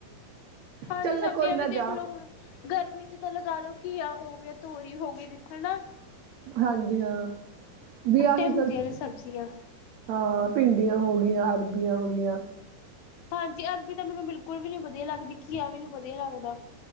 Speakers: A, on the left (about 85°); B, on the right (about 80°).
A: <unintelligible> ਹਾਂਜੀ
B: ਚੱਲ
A: ਸਬਜ਼ੀਆਂ
B: ਕੋਈ ਨਾ
A: ਵੀ ਦੇਖ
B: ਜਾ
A: ਲੋ ਹੁਣ ਗਰਮੀ ਚ ਤਾਂ ਲਗਾ ਲਓ ਘੀਆ ਹੋ ਗਿਆ ਤੋਰੀ ਹੋ ਗਈ ਹੈ ਨਾ <unintelligible>
B: ਹਾਂਜੀ ਹਾਂ, ਵੀ ਆਹੀ
A: ਏ ਹੁੰਦੀਆਂ ਨੇ ਸਬਜ਼ੀਆਂ
B: ਹਾਂ ਭਿੰਡੀਆਂ ਹੋ ਗੀਆਂ, ਅਰਬੀਆਂ ਹੋ ਗੀਆਂ
A: ਹਾਂਜੀ ਅਰਬੀ ਤਾਂ ਮੈਨੂੰ ਬਿਲਕੁਲ ਵੀ ਨੀ ਵਧੀਆ ਲੱਗਦੀ, ਘੀਆ ਵੀ ਨੀ ਵਧੀਆ ਲੱਗਦਾ।